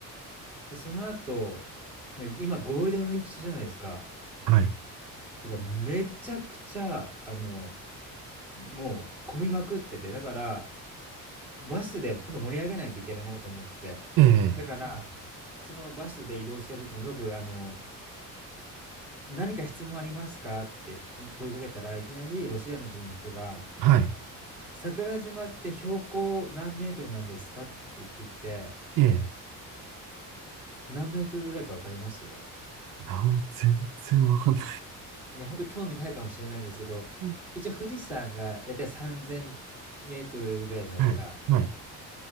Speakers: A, in the centre; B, on the right.
A: で、その後、ね今ゴールデンウィーク中じゃないですか。
B: はい、
A: てか、めちゃくちゃ、あの、もう混みまくってて、だから、バスでほんと盛り上げないといけないなと思って。
B: ええ、
A: だから、そのバスで移動してる時に僕、あの、「何か質問ありますか？」ってい問いかけたら、いきなりロシアの人の人が、
B: はい、
A: 「桜島って標高何メートルなんですか？」って言ってきて、
B: ええ、
A: 何メートルぐらいか分かります？
B: あ、もう全然わかんな
A: ね、ほんと興味ないかもしれないんですけど、
B: い。
A: 一応富士山がだいたい3000メートルぐらいじゃないですか。
B: はい、はい。